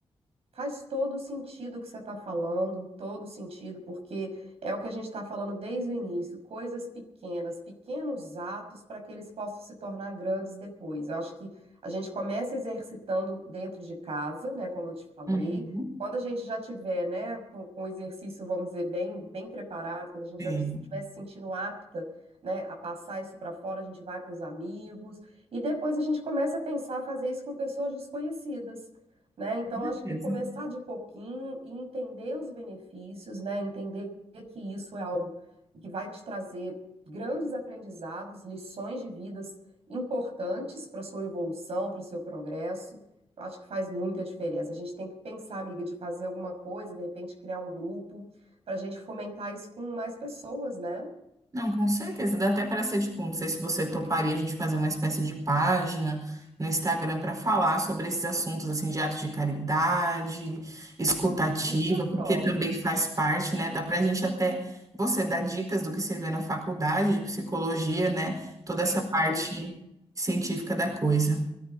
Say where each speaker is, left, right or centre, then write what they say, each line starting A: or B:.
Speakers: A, on the right; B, on the right.
A: Faz todo sentido o que você está falando, todo sentido, porque é o que a gente está falando desde o início, coisas pequenas, pequenos atos para que eles possam se tornar grandes depois. Eu acho que a gente começa exercitando dentro de casa, né, como eu te falei.
B: Uhum.
A: Quando a gente já tiver, né, com, com o exercício, vamos dizer, bem, bem preparado, quando a gente
B: Sim,
A: já estiver se sentindo apta, né, a passar isso para fora, a gente vai para os amigos e depois a gente começa a pensar fazer isso com pessoas desconhecidas né? Então,
B: com certeza.
A: acho que começar de pouquinho e entender os benefícios, né? Entender que isso é algo que vai te trazer grandes aprendizados, lições de vidas importantes para a sua evolução, para o seu progresso. Eu acho que faz muita diferença. A gente tem que pensar, amiga, de fazer alguma coisa, de repente criar um grupo, para a gente fomentar isso com mais pessoas, né?
B: Não, com certeza. Dá até para ser, tipo, não sei se você toparia a gente fazer uma espécie de página no Instagram para falar sobre esses assuntos, assim, de atos de caridade, escutativa,
A: Super
B: porque
A: top.
B: também faz parte, né? Dá para a gente até, você dar dicas do que você vê na faculdade de psicologia, né? Toda
A: Perfeito.
B: essa parte científica da coisa.